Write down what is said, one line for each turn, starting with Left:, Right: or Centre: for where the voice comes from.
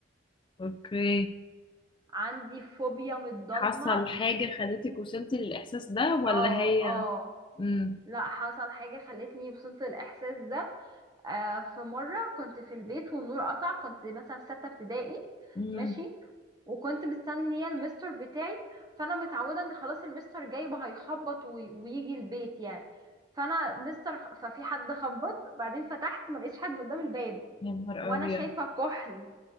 Left: اوكي
Right: عندي فوبيا من الضلمه
Left: حصل حاجة
Right: بي...
Left: خلتك وصلتي للإحساس ده ولا
Right: اه
Left: هي
Right: اه
Left: مم.
Right: لا حصل حاجة خلتني وصلت الإحساس ده آه في مرة كنت في البيت والنور قطع كنت مثلا في ستة ابتدائي
Left: مم.
Right: ماشي وكنت مستنية المستر بتاعي فأنا متعودة إن خلاص المستر جاي وهيخبط وي- ويجي البيت يعني فأنا مستر ففي حد خبط بعدين فتحت ما لقيتش حد قدام الباب
Left: يا نهار
Right: وأنا
Left: أبيض
Right: شايفة كحل